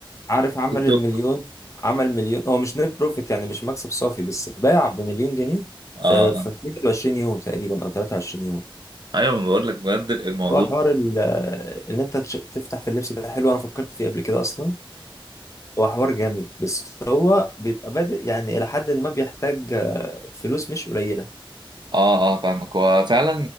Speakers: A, on the left (about 35°); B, on the right (about 50°).
A: عارف عمل
B: التيك
A: المليون
B: توك
A: عمل مليون هو مش نت بروفيت يعني مش مكسب صافي بس باع بمليون جنيه
B: اه
A: في
B: آه.
A: في 21 يوم تقريبا او 23 يوم
B: ايوه ما بقول لك بجد الموضوع
A: هو حوار ال- ان انت تش- تفتح في اللبس ده حلو انا فكرت فيه قبل كده اصلا هو حوار جامد بس هو بيبقى بادئ يعني الى حد ما بيحتاج آه، فلوس مش قليله
B: اه اه فاهمك هو فعلا